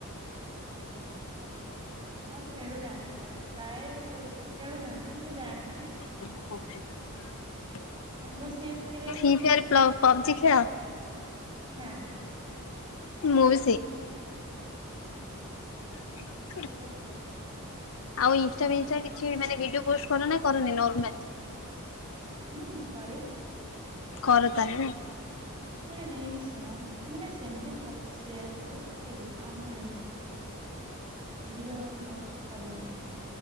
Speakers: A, on the right; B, on the left.
A: ନାଁ ଆଉ ଖେଳୁନାହାନ୍ତି ପ୍ରାୟେ ପ୍ରାୟେ ଖେଳୁନାହାନ୍ତି ମୁଁ ଜାଣିନି।
B: ମାନେ ହଉଛି ସେଇଆ।
A: ସାଙ୍ଗ ସିଏ ସେଥିରେ
B: ଇନକ୍ୟୁରି ପ୍ଲ ପପଜି ଖେଳ।
A: ନା ନା।
B: ମୁଁ ବି ସେ ଠିକ୍।
A: କେବେ ଖେଳେନି।
B: ଆଉ ଇନଷ୍ଟା ଫିଷ୍ଟା କିଛି ବି ମାନେ ଭିଡିଓ ପୋଷ୍ଟ କର ନା କରନି ନର୍ମାଲ।
A: ହୁଁ କରେ
B: କର ତାହେଲେ ନାଇଁ।
A: ମାନେ ରିଲସ ନୁଅ ମାନେ ସେମତି ଫଟୋ ସେୟାର କରେ। ତିକି ଆଉ ନହେଲେ ନୁ କିଛି ଅଧିକ କରିନି କ୍ୟୁସି।